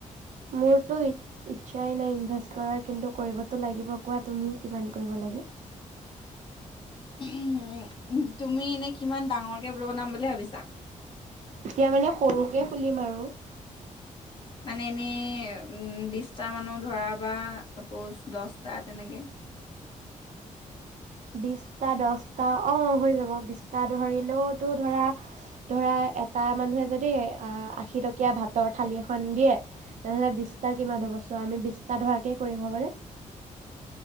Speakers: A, on the right; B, on the left.
A: মোৰতো ইচ্ছাই নাই ইনভেষ্ট কৰাৰ কিন্তু কৰিবতো লাগিব কোৱা তুমি কিমান কৰিব লাগে।
B: উম ', তুমি এনে কিমান ডাঙৰকে ৰুম বনাম বুলি ভাবিছা।
A: এতিয়া মানে সৰুকে খুলিম আৰু।
B: মানে এনেই বিশটা মানহ ধৰা বা চাপ'জ দহটা তেনেকে।
A: বিশটা দছটা অহ ', হৈ যাব বিছটা ধৰিলেওতো ধৰা - ধৰা এটা এটা মানুহে যদি অহ ', আশী টকা তিয়া ভাতৰ থালি এখন দিয়ে ননেহ'লে বিছটাৰ কিমান হ'ব চোৱা আমি বিছটা ধৰাকে কৰিম হ'বনে।